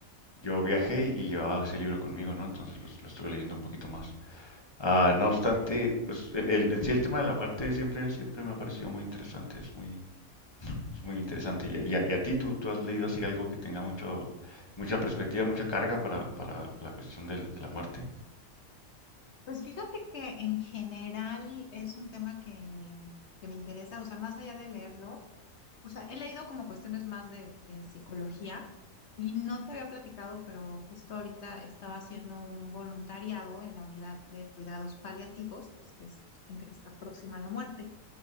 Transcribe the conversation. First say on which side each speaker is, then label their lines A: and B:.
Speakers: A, on the left; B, on the left.
A: yo viajé y llevaba ese libro conmigo, ¿no? Entonces, pues lo estuve leyendo un poquito más. Ah, no obstante, pues el, el- en sí el tema de la muerte siempre, siempre me ha parecido muy interesante, es muy, es muy interesante. Y, a, y a- y a ti, ¿tú, tú has leído así algo que tenga mucho, mucha perspectiva, mucha carga para, para la cuestión del- de la muerte?
B: Pues fíjate que en general es un tema que, que me interesa, o sea, más allá de leerlo, o sea, he leído como cuestiones más de, de psicología y no te había platicado, pero justo ahorita estaba haciendo un voluntariado en la unidad de cuidados paliativos, pues que es gente que está próxima a la muerte.